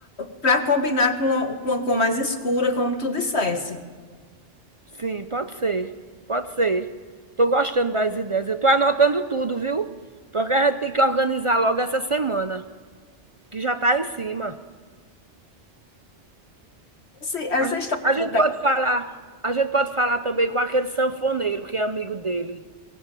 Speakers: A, on the left; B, on the right.
A: para combinar com a, com a cor mais escura, como tu dissesse.
B: Sim, pode ser, pode ser. tô gostando das ideias. Eu tô anotando tudo, viu? Porque a gente tem que organizar logo essa semana, que já tá em cima.
A: Esse- essa
B: A gen-
A: história
B: a
A: do
B: gente pode falar, a gente pode falar também com aquele sanfoneiro que é amigo dele.